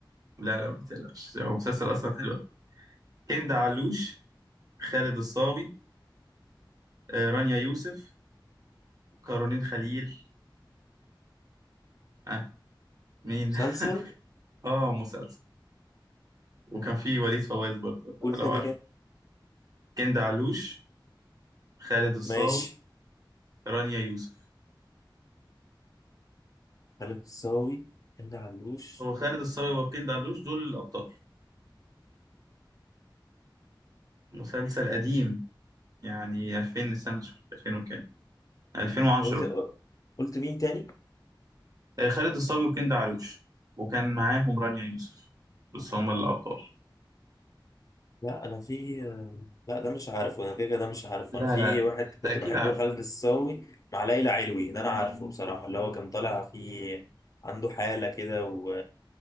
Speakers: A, on the right (about 50°); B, on the left (about 45°).
A: لا لا ما تقلقش هو مسلسل اصلا حلو قوي هند علوش خالد الصاوي آه، رانيا يوسف كارولين خليل اه مين
B: مسلسل
A: <laughs> اه مسلسل وكان في وليد فواز برضه
B: قول
A: لو
B: تاني
A: عارف
B: كده
A: هند علوش خالد الصاوي
B: ماشي
A: رانيا يوسف
B: خالد الصاوي هند علوش
A: هو خالد الصاوي وهند علوش دول الابطال مسلسل قديم يعني 2000 سنة شوف 2000 وكام 2010
B: قلت قلت مين تاني؟
A: آه، خالد الصاوي وكند علوش وكان معاهم رانيا يوسف بس هم الأبطال
B: لا انا في لا ده مش عارف وانا كده كده ده مش عارف
A: لا
B: وانا في
A: لا
B: واحد
A: أنت
B: كنت
A: أكيد
B: بحبه
A: عارف
B: خالد الصاوي مع ليلى علوي ده انا عارفه بصراحة اللي هو كان طالع فيه عنده حالة كده و...